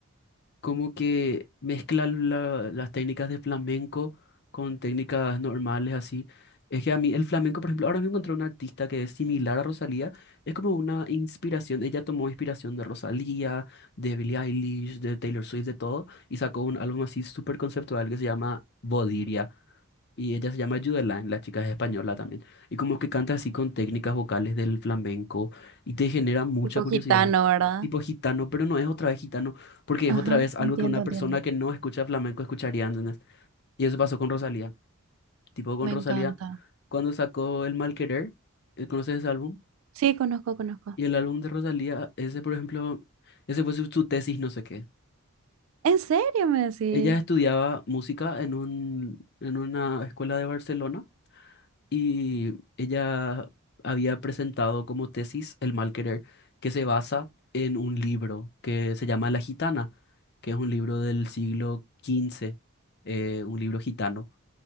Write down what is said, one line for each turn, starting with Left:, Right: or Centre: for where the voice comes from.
Left: como que mezcla la- las técnicas de flamenco con técnicas normales así. Es que a mí el flamenco, por ejemplo, ahora me encontré una artista que es similar a Rosalía, es como una inspiración, ella tomó inspiración de Rosalía, de Billie Eilish, de Taylor Swift, de todo, y sacó un álbum así súper conceptual que se llama Bodiria, y ella se llama Judeline, la chica es española también. Y como que canta así con técnicas vocales del flamenco y te genera mucha
Right: Tipo
Left: curiosidad.
Right: gitano, ¿verdad?
Left: Tipo gitano, pero no es otra vez gitano, porque
Right: Ajá,
Left: es otra vez algo
Right: entiendo,
Left: que una
Right: entiendo.
Left: persona que no escucha flamenco escucharía, ¿entendés? Y eso pasó con Rosalía. Tipo con
Right: Me
Left: Rosalía,
Right: encanta.
Left: cuando sacó El Mal Querer, eh, ¿conoces ese álbum?
Right: Sí, conozco, conozco.
Left: Y el álbum de Rosalía, ese por ejemplo, ese fue su, su tesis, no sé qué.
Right: ¿En serio me decís?
Left: Ella estudiaba música en un, en una escuela de Barcelona y ella había presentado como tesis El mal querer, que se basa en un libro que se llama La Gitana, que es un libro del siglo XV, eh, un libro gitano.